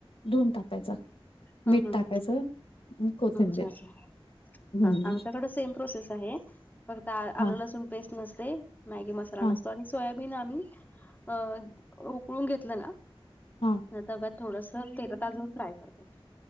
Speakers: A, on the left; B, on the left.
A: धुऊन टाकायचा.
B: हा
A: मीठ
B: हा हा
A: टाकायचं. कोथिंबीर
B: अच्छा! अच्छा!
A: हम्म
B: हा आमच्याकडे सेम प्रोसेस आहे फक्त आलं
A: हा
B: लसुन, पेस्ट नसते, मॅगी मसाला
A: हा
B: नसतो आणि सोया बिन आम्ही अ उकळून घेतलं ना.
A: हा <inaudible>
B: त तव्यात थोडंसं तेलात आजून फ्राय करतात.